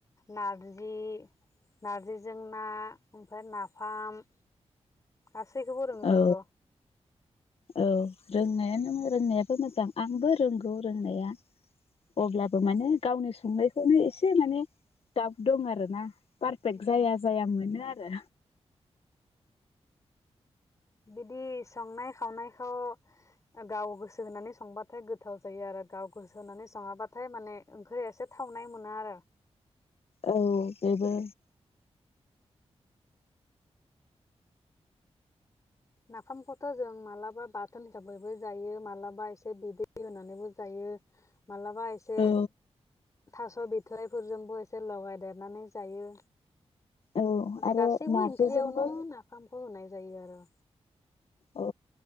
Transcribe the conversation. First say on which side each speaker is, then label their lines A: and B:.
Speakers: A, on the left (about 30°); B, on the left (about 60°).
A: नारजि नारजिजों ना ओमफ्राय नाफाम गासैखौबो रोंजोबगौ।
B: औ औ रोंनायानो रोंनायाबो मोजां आंबो रोंगौ रोंनाया। अब्लाबो माने गावनि संनायखौनो एसे माने दाउत दं आरोना। पारफेक्ट
A: उम
B: जाया जाया मोनो आरो।
A: बिदि संनाय खावनायखौ गाव गोसो होनानै संबाथाय गोथाव जायो आरो गाव गोसो होनानै सङाबाथाय माने ओंख्रिया एसे थावनाय मोना आरो।
B: औ बेबो
A: नाफामखौथ' जों मालाबा बाथोन हिसाबैबो जायो मालाबा एसे बिदै होनानैबो जायो। मालाबा एसे
B: औ
A: थास' बिथ'राइफोरजोंबो एसे लगायदेरनानै जायो।
B: औ
A: माने
B: आरो
A: गासैबो
B: नारजिजोंबो
A: ओंख्रियावनो नाफामखौ होनाय जायो आरो।
B: औ